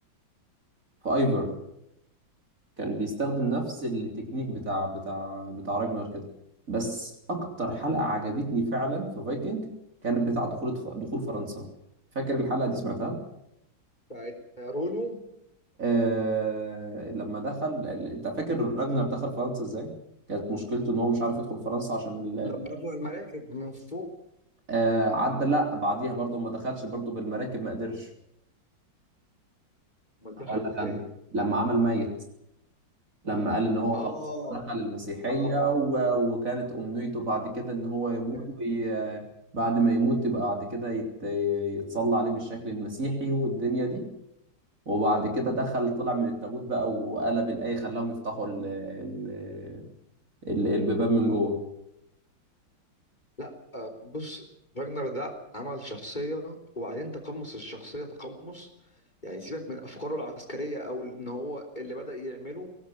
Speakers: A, on the right (about 40°); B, on the left (about 20°).
A: في ايفر كان بيستخدم نفس التكنيك بتاع بتاع بتاع راجنر كده بس اكتر حلقة عجبتني فعلا في فايكنج كانت بتاع دخول دخول فرنسا فاكر الحلقة دي سمعتها
B: بتاعت رولو
A: آه لما دخل انت فاكر راجنر دخل فرنسا ازاي كانت مشكلته ان هو مش عارف يدخل فرنسا عشان ال-
B: لما رفعوا المراكب من فوق
A: آه عدى لا بعديها برضه ما دخلش برضه بالمراكب ما قدرش
B: امال
A: اقول
B: دخل
A: لك
B: ازاي
A: انا لما عمل ميت لما قال ان هو
B: اه
A: خلاص دخل المسيحية
B: اه
A: و- وكانت أمنيته بعد كده ان هو يموت
B: تمام
A: وي- بعد ما يموت يبقى بعد كده يت- يتصلى عليه بالشكل المسيحي والدنيا دي وبعد كده دخل طلع من التابوت بقى وقلب الآية خلاهم يفتحوا ال- ال- ال- البيبان من جوه
B: لا آه، بص راجنر ده عمل شخصية وبعدين تقمص الشخصية تقمص يعني سيبك من أفكاره العسكرية أو إن هو اللي بدأ يعمله